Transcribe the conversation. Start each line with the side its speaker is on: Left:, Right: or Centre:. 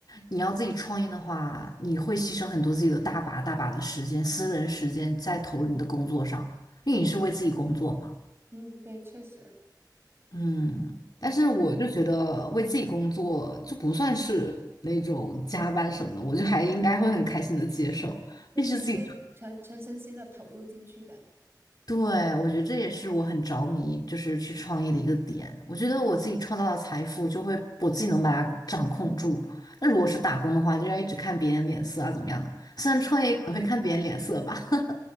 Left: 你要自己创业的话，你会牺牲很多自己的大把大把的时间、私人时间在投入你的工作上，因为你是为自己工作嘛。
Right: 嗯，对，确实，
Left: 嗯，但是我就觉得为自己工作就不算是那种加班什么的，我就还应该会很开心的接受，
Right: 对，
Left: 毕竟是自己
Right: 你会全全身心的投入进去的。
Left: 对，我觉得这也是我很着迷，就是去创业的一个点。我觉得我自己创造的财富，就会我自己能把它掌控住。那如果是打工的话，就要一直看别人脸色啊，怎么样的？虽然创业可能会看别人脸色吧。<laughs>